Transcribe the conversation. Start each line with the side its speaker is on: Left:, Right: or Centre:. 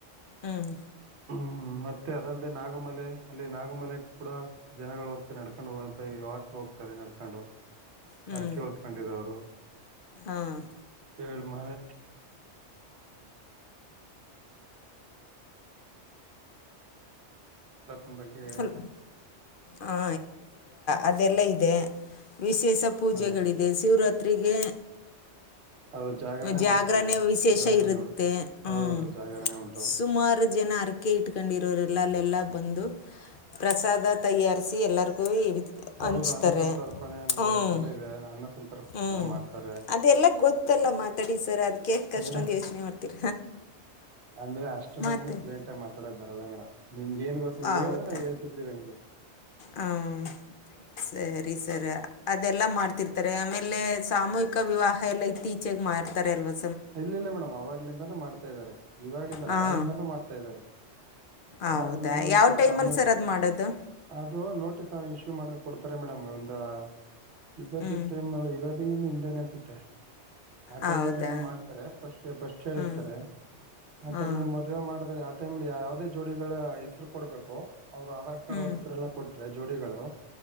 Left: ಹ್ಮ್
Right: ಹ್ಮ್ ಮತ್ತೆ ಅದಲ್ಲದೆೇ ನಾಗಮಲೆ ಅಲ್ಲಿ ನಾಗಮಲೆ ಕೂಡ ಜನಗಳು ಹೋಗ್ತವೆ ನಡ್ಕೊಂಡ್ ಹೋಗ ಪೈ ವಾಕ್ ಹೋಗ್ತಾರೆ ನಡ್ಕೊಂಡು
Left: ಹ್ಞೂ
Right: ಅರಕೆ ಹೊಓದ್ಕೊಂಡಿರ ಅವರು
Left: ಹಾಂ
Right: ಕಳ್ ಮಳೆ ಪ್ರತಾಪನ ಬಗ್ಗೆ ಹೇಳಿ
Left: ಹಲ
Right: ಮೇಡಮ್
Left: ಹಾ ಅದೆಲ್ಲ ಇದೆ ವಿಶೇಷ ಪೂಜೆಗಳಿದೆ
Right: ಹಾ
Left: ಶಿವರಾತ್ಗೆ
Right: ಅವ್ರು
Left: ಜಾಗರಣೆ
Right: ಮಾಡ್ತಾರೆ
Left: ವಿಶೇಷ
Right: ಜಾಗರಣೆ
Left: ಇರುತ್ತೆ
Right: ಉಂಟು
Left: ಹ್ಮ್
Right: ಹೌದು ಜಾಗರಣೆ ಉಂಟು
Left: ಸುಮಾರು ಜನ ಅರಕೆ ಇಟ್ಕೊಂಡಿರೋರು ಇಲ್ಲಲ್ಲೆಲ್ಲ ಬಂದು ಪ್ರಸಾದ ತಯಾರಿಸಿ ಎಲ್ಲರಿಗೂ
Right: ಹೌದು
Left: ಹಂಚ್ತಾರೆ
Right: ಅನ್ನ ಸಂತರ್ಪಣೆ ಅಂತ
Left: ಹ್ಮ್
Right: ಅದೆಲ್ಲ ಇದೆ ಅನ್ನ ಸಂತರ್ಪಣೆ
Left: ಹ್ಮ್
Right: ಮಾಡ್ತಾರೆ
Left: ಅದೆಲ್ಲ ಗೊತ್ತು ಇತ್ತಲ್ಲ ಮಾತಾಡಿ ಸರ್ ಅದ್ಕ ಕಷ್ಟೊಂದ್
Right: ಮೇಡಮ್
Left: ಯೋಚನೆ ಮಾಡ್ತೀರ
Right: ಅಂದ್ರೆ ಅಷ್ಟ ನಮಗೆ
Left: ಮಾತಾಡಿ
Right: ಫ್ಲೈಂಟ್ ಹಾಗಿ ಮಾತಾಡಕ್ ಬರಲ್ಲ ಮೇಡಮ ನಿಮ್ ಏನ್ ಗೊತ್ತ
Left: ಹೌದಾ
Right: ಹೇಳಳದ ನಾವು ಹಳ್ತರ್್ದೀವಿ ಅಂಗ
Left: ಹಾಂ ಸರಿ ಸರ್ ಅದೆಲ್ಲಾ ಮಾಡ್ತಿರ್ತಾರೆ ಆಮೇಲೆ ಸಾಮೂಹಿಕ ವಿವಾಹ ಎಲ್ಲ ಇತ್ತೀಚೆಗೆ ಮಾಡ ಆಯತ ಆ <inaudible> ಎವತ್ತು
Right: ಇಲ್ಲ ಇಲ್ಲ ಮೇಡಮ್ ಅವಾಗ್ಲಿಂದಾನೂ ಮಾಡ್ತಾ ಇದ್ದಾರೆ ಇವಾಗ್ಲಿಂದಲ್ಲ
Left: ಹಾಂ
Right: ಅವವಾಗಿಂದಾನೂ ಮಾಡ್ತಾ ಇದ್ದಾರೆ ಅವಾಗಿಂದ
Left: ಹೌದಾ
Right: ನೋತ
Left: ಯಾವ ಟೈಮಲ್ಲಿ
Right: ಸಾಮಿ
Left: ಸರ್ ಅದು ಮಾಡೋದು
Right: ಅದು ನೋಟಿಸ್ ಇಶ ಮಾಡ ಕೊಡ್ತಾರೆ ಮೇಡಮ್ ಒಂದು ಯಗಾದಿ
Left: ಹ್ಞೂ
Right: ಟೈಮ್ ಯುಗಾದಿ ಹಿಂದೆ ಅನಸುತ್ತೆ ಆ
Left: ಹೌದಾ
Right: ಟೈಮ್ಲ್ಲಿ ಏನೋ ಮಾಡ್ತಾರೆ ಫಸ್ಟ್ ಫಸ್ಟ್ ಹೇರ್ತಾರೆ
Left: ಹ್ಞೂ
Right: ಆ
Left: ಹಾಂ
Right: ಟೈಮಲ್ಲಿ ಮದ್ವೆ ಮಾಡ ಯ ಟೈಮ್ಲ್ಲಿ ಯಾವದೇ ಜೋಡಿಗಳ ಹೆಸರು ಕೊಡ್ಬೇಕು ಅವ್ರರು ಆಧಾರ್ ಕಾರ್ಡ್
Left: ಹ್ಞೂ
Right: ಅವ್ರ ಹೆಸರೆಲ್ಲ ಕೊಟ್ಟ ಟ್ರೆ ಜೋಡಿಗಳು